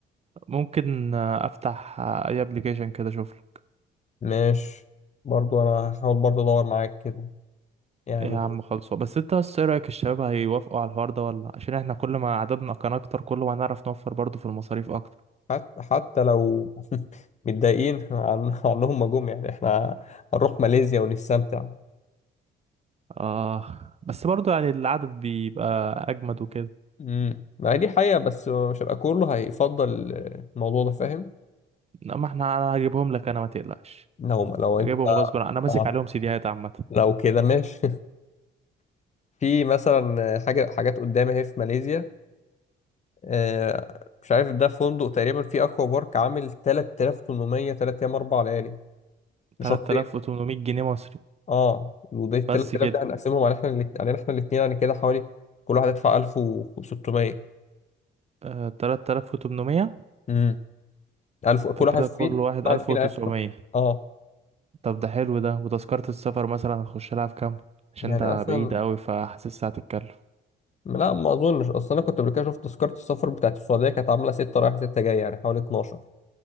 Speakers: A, on the right (about 30°); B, on the left (about 35°).
A: ممكن آه، افتح آه، اي ابلكيشن كده اشوف له.
B: ماشي برضو أنا هحاول برضو أدور معاك كده يعني
A: ايه يا عم خلصوا بس انت بس ايه رايك الشباب هيوافقوا على الحوار ده ولا عشان احنا كل ما عددنا كان اكتر كل ما هنعرف نوفر برضه في المصاريف اكتر
B: حتى حتى لو <laughs> متضايقين عن... عنهم ما جم يعني احنا هنروح ماليزيا ونستمتع
A: اه بس برضه يعني العدد بيبقى اجمد وكده
B: امم ما هي دي حقيقة بس مش هيبقى كله هيفضل الموضوع ده فاهم
A: لا ما احنا انا هجيبهم لك انا ما تقلقش
B: لو لو
A: هجيبهم
B: انت <laughs>
A: غصب عني. انا ماسك عليهم سيديهات عامة
B: لو كده ماشي <laughs> في مثلا حاجة حاجات قدامي اهي في ماليزيا آه، مش عارف ده فندق تقريبا في اكوا بارك عامل 3800 3 ايام 4 ليالي لشخصين
A: 3800 جنيه مصري
B: اه وده ال
A: بس
B: 3000
A: كده
B: ده هنقسمهم على احنا الاتنين علينا احنا الاثنين يعني كده حوالي كل واحد يدفع 1600
A: آه 3800
B: امم 1000 كل
A: فكده
B: واحد فينا
A: كل
B: كل
A: واحد 1900
B: واحد فينا 1000 اه
A: طب ده حلو ده وتذكرة السفر مثلا هتخش لها في كام عشان
B: يعني
A: ده
B: مثلا
A: بعيد قوي فحاسسها هتتكلف
B: لا ما اظنش اصل انا كنت قبل كده شفت تذكره السفر بتاعت السعوديه كانت عامله 6 رايح 6 جاي يعني حوالي 12